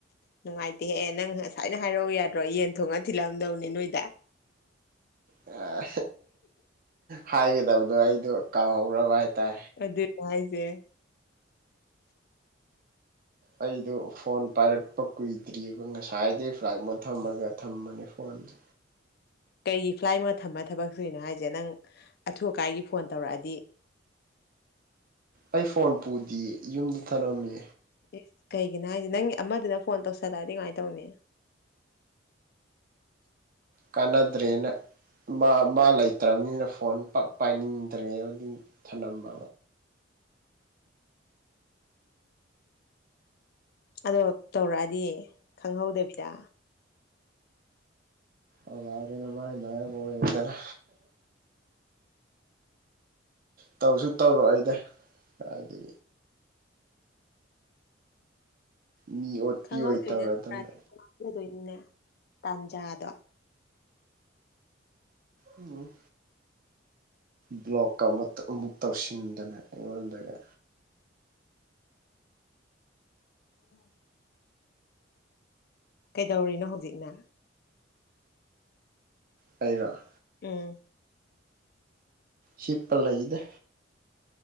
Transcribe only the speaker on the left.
ꯅꯨꯡꯉꯥꯏꯇꯦꯍꯦ ꯑꯦ ꯅꯪ ꯉꯁꯥꯏꯅ ꯍꯥꯏꯔꯛꯎ ꯌꯥꯗ꯭ꯔꯣ ꯌꯦꯟ ꯊꯣꯡꯉꯒ ꯊꯤꯜꯂꯛꯑꯝꯗꯧꯅꯦ ꯅꯣꯏꯗ
ꯑꯩꯗꯤ ꯅꯨꯉꯥꯏꯖꯩꯌꯦ
ꯀꯩꯒꯤ ꯐ꯭ꯂꯥꯏꯠꯃꯨꯠ ꯊꯝꯃ ꯊꯕꯛ ꯁꯨꯏꯅꯣ ꯍꯥꯏꯁꯦ ꯅꯪ ꯑꯊꯨ ꯑꯀꯥꯏꯒꯤ ꯐꯣꯟ ꯇꯧꯔꯛꯑꯗꯤ
ꯏꯁ ꯀꯩꯒꯤꯅꯣ ꯍꯥꯏꯁꯦ ꯅꯪꯒꯤ ꯑꯃꯗꯨꯅ ꯐꯣꯟ ꯇꯧꯁꯜꯂꯛꯑꯗꯤ ꯀꯃꯥꯏ ꯇꯧꯅꯤ <inaudible>
ꯑꯗꯣ ꯇꯧꯔꯛꯑꯗꯤ ꯈꯪꯍꯧꯗꯕꯤꯗ
ꯈꯪꯍꯧꯏꯗꯗꯣꯏꯅꯤꯅꯦ
ꯇꯥꯟꯖꯥꯗꯣ
ꯑꯣ ꯀꯩꯗꯧꯔꯤꯅꯣ ꯍꯧꯖꯤꯛꯅ
ꯎꯝ